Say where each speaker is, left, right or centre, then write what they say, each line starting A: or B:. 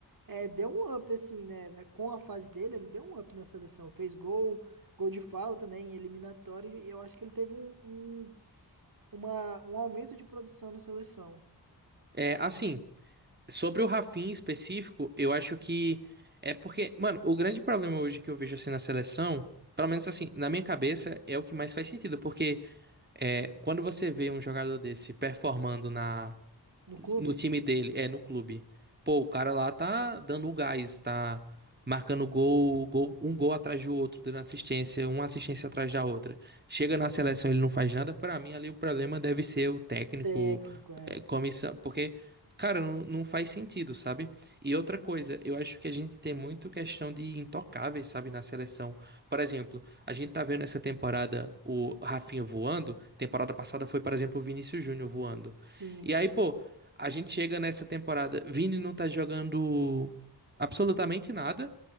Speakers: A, on the right; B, on the right.
A: é, deu um up, assim, né? na- Com a fase dele, ele deu um up na seleção. Fez gol, gol de falta, né, em eliminatória, e eu acho que ele teve um, um, uma, um aumento de produção na seleção,
B: É, assim, Sobre o Rafinha em específico, eu acho que é porque, mano, o grande problema hoje que eu vejo assim na seleção, pelo menos assim, na minha cabeça, é o que mais faz sentido, porque é, quando você vê um jogador desse performando na
A: no clube.
B: no time dele, é no clube, pô, o cara lá tá dando o gás, tá marcando gol, gol, um gol atrás do outro, dando assistência, uma assistência atrás da outra. Chega na seleção, ele não faz nada, pra mim ali o problema deve ser o técnico
A: Técnico, é.
B: é, comissão, porque, cara, não, não faz sentido, sabe? E outra coisa, eu acho que a gente tem muito questão de intocáveis, sabe, na seleção. Por exemplo, a gente tá vendo essa temporada o Rafinha voando, temporada passada foi, por exemplo, o Vinícius Júnior voando.
A: Sim,
B: E aí, pô, a gente chega nessa temporada, Vini não tá jogando absolutamente nada.